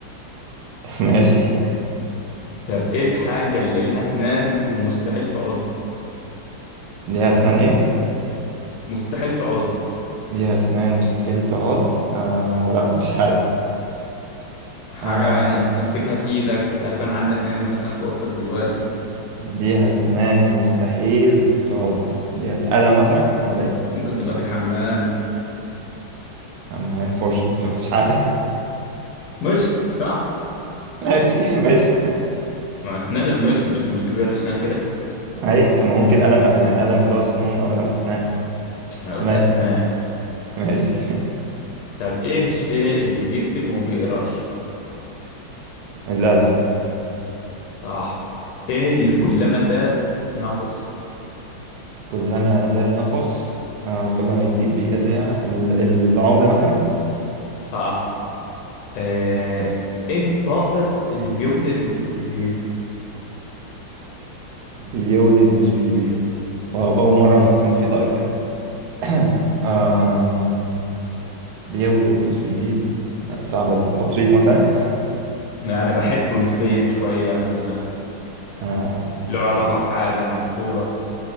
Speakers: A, on the right; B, on the left.
A: <laughs> ماشي
B: <laughs> طب ايه الحاجة اللي ليها اسنان ومستحيل تعض
A: ليها اسنان ايه
B: مستحيل تعض
A: ليها اسنان مستحيل تقعد آه لا مش عارف
B: حاجة
A: آه
B: يعني بتمسكها بإيدك وغالبا عندك منها مثلا في أوضتك دلوقتي
A: ليها اسنان ومستحيل تقعد ليها قلم مثلا ولا ايه
B: ممكن تبقى
A: مش عارف
B: في الحمام
A: حمام فرش مش مش عارف <laughs>
B: مشط صح؟
A: ماشي ماشي
B: ما أسنان المشط مش المشط بيبقى له أسنان كده
A: اي طب ما ممكن قلم أز- قلم اللي هو سنون او قلم اسنان
B: أنا
A: بس
B: قلت
A: ماشي
B: أسنان
A: <laughs> ماشي
B: طب إيه الشيء اللي بيكتب وما بيقراش؟
A: القلم
B: صح إيه اللي كلما زاد نقص؟
A: كلما زاد نقص آه كل ما يزيد بيقل يعني ال- العمر مثلا
B: صح آه، إيه الطائر اللي بيولد ومش بيبيض؟
A: بيولد مش بيبيض واو أول مرة
B: مم.
A: أعرف أصلا إن في طائر كده <coughs> آم، بيولد مش بيبيض لا صعبة دي بطريق مثلا
B: لا، أنا بحبه نسبيا شوية مثلا
A: آه بتحب
B: له علاقة بحاجة مشهورة